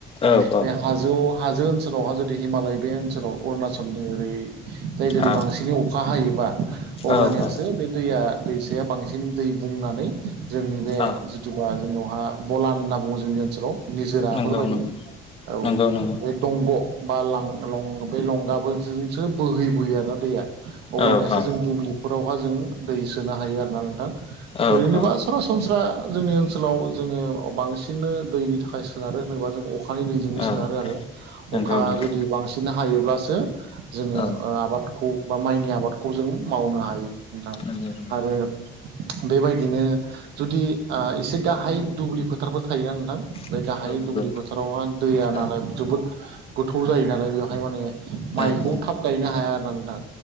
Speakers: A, on the left; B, on the right.
A: औ औ
B: बे हाजोआव हाजो ओनसोलावहा जुदि हिमालय बे ओनसोलाव अरुणाचलनि ओरै जाय जेरै
A: औ
B: बांसिनै अखा हायोबा अब्लानियासो
A: औ औ
B: बे दैया दैसाया बांसिन दै बुंनानै जोंनि बे
A: औ
B: जेथुबा जोंनियावहा बलान होनना बुङो जोंनि ओनसोलाव निजोरा
A: नंगौ
B: फोरबायदि
A: नंगौ
B: औ
A: नंगौ नंगौ
B: बे दंग' बा लां लं बे लंगाबोजोंसो बोहैबोयो आरोना दैया अब्लानियासो
A: औ औ
B: जों दुब्लिफोरावहा जों दै सोनो हायो आरोना नोंथां
A: औ
B: ओरैनोबा
A: औ
B: सरासनस्रा जोंनि ओनसोलाव जोङो बांसिननो दैनि थाखाय सोनारो होनोबा जों अखा अखानि दैजोंनो सोनारो
A: औ
B: आरो
A: नंगौ
B: अखा
A: नंगौ
B: जुदि बांसिन हायोब्लासो जोङो
A: औ
B: ओ आबादखौ बा माइनि आबादखौ जों मावनो हायो नोंथां
A: नंगौ नंगौ
B: आरो बेबायदिनो जुदि ओ एसे गाहाय दुब्लि फोथारफोर थायोना नोंथां बे
A: नंगौ
B: गाहाय
A: नंगौ
B: दुब्लि बोथोरावहाय दैया
A: औ
B: नालाय
A: औ
B: जोबोद गोथौ जायो नालाय बेवहाय माने माइखौ
A: औ
B: थाब गायनो हाया आरो नोंथां